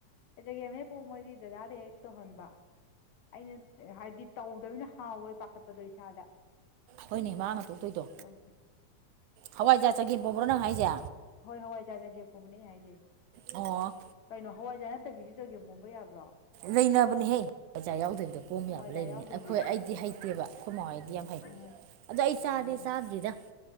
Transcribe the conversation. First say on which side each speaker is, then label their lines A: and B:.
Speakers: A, on the left (about 65°); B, on the right (about 80°).
A: ꯆꯒꯦꯝ ꯍꯦꯛ ꯄꯣꯝꯃꯗꯤ ꯗꯥꯗꯥꯗ ꯍꯦꯛ ꯇꯧꯍꯟꯕ ꯑꯩꯅ ꯍꯥꯏꯗꯤ ꯇꯧꯗꯃꯤꯅ ꯍꯥꯎꯔꯣꯏ ꯄꯥꯈꯠꯄꯗꯣ ꯏꯁꯥꯗ
B: ꯍꯣꯏꯅꯦ
A: ꯑꯗꯨꯅ
B: ꯃꯥꯡꯅ ꯇꯣꯛꯇꯣꯏꯗꯣ
A: ꯇꯧꯗꯦ
B: ꯍꯋꯥꯏꯖꯥꯔ ꯆꯒꯦꯝ ꯄꯣꯝꯕꯔꯣ ꯅꯪ ꯍꯥꯏꯁꯦ
A: ꯍꯣꯏ ꯍꯋꯥꯏꯖꯥꯔ ꯆꯒꯦꯝ ꯄꯣꯝꯕꯅꯦ ꯑꯩ ꯍꯥꯏꯖꯦ
B: ꯑꯣ
A: ꯀꯩꯅꯣ ꯍꯋꯥꯏꯖꯥꯔ ꯅꯠꯇꯕꯤꯁꯨ ꯆꯒꯦꯝ ꯄꯣꯝꯕ ꯌꯥꯕ꯭ꯔꯣ
B: ꯂꯩꯅꯕꯅꯦꯍꯦ ꯑꯣꯖꯥ ꯌꯥꯎꯗꯕꯤꯗꯣ ꯄꯣꯝꯕ
A: ꯍꯋꯥꯏꯖꯥꯔ
B: ꯌꯥꯕ ꯂꯩꯕꯅꯦ
A: ꯌꯥꯎꯗꯕꯤ
B: ꯑꯩꯈꯣꯏ ꯑꯩꯗꯤ ꯍꯩꯇꯦꯕ ꯑꯩꯈꯣꯏ ꯃꯥꯍꯣꯢꯗꯤ ꯌꯥꯝ
A: ꯎꯝ
B: ꯍꯩ ꯑꯗꯣ ꯑꯩ ꯆꯥꯗꯤ
A: ꯎꯝ
B: ꯆꯥꯗ꯭ꯔꯤꯗ